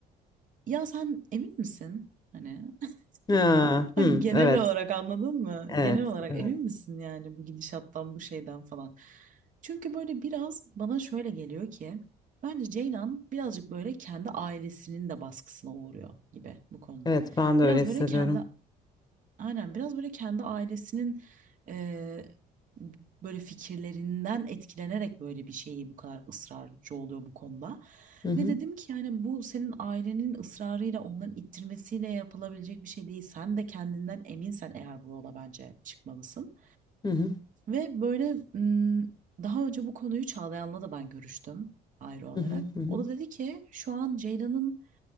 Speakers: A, on the right; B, on the left.
A: ya sen emin misin? Hani
B: Ha,
A: <laughs> hani
B: hı,
A: genel
B: evet.
A: olarak anladın mı?
B: Evet.
A: Genel olarak
B: evet.
A: emin misin yani bu gidişattan bu şeyden falan. Çünkü böyle biraz bana şöyle geliyor ki bence Ceylan birazcık böyle kendi ailesinin de baskısına uğruyor gibi bu konuda.
B: Evet, ben de
A: Biraz
B: öyle hissediyorum.
A: böyle kendi Aynen biraz böyle kendi ailesinin eee, böyle fikirlerinden etkilenerek böyle bir şeyi bu kadar ısrarcı oluyor bu konuda.
B: Hı hı,
A: Ve dedim ki yani bu senin ailenin ısrarıyla onların ittirmesiyle yapılabilecek bir şey değil. Sen de kendinden eminsen eğer bu yola bence çıkmalısın.
B: hı hı,
A: Ve böyle ım, daha önce bu konuyu Çağlayan'la da ben görüştüm ayrı olarak.
B: hı hı, hı hı.
A: O da dedi ki şu an Ceylan'ın